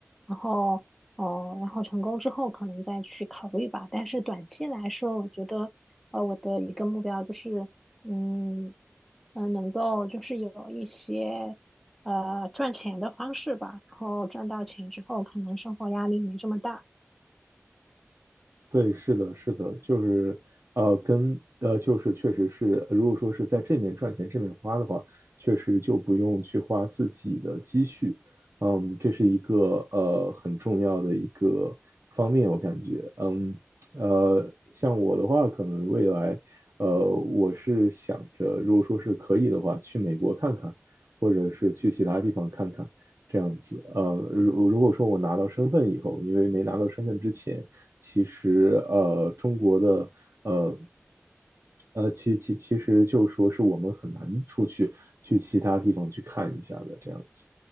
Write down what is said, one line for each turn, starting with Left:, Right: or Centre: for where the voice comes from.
Centre: 然后，哦、然后成功之后可能再去考虑吧。但是短期来说，我觉得，呃，我的一个目标就是，嗯。嗯，呃能够就是有一些呃赚钱的方式吧，然后赚到钱之后，可能生活压力没这么大。
Right: 对，是的，是的，就是，呃，跟呃，就是确实是，如果说是在这面赚钱，这面花的话，确实就不用去花自己的积蓄，嗯，这是一个呃很重要的一个方面，我感觉，嗯，呃，像我的话，可能未来，呃，我是想着，如果说是可以的话，去美国看看，或者是去其他地方看看这样子。呃，如如果说我拿到身份以后，因为没拿到身份之前，其实呃中国的呃。呃，其其其实就说是我们很难出去去其他地方去看一下的这样子。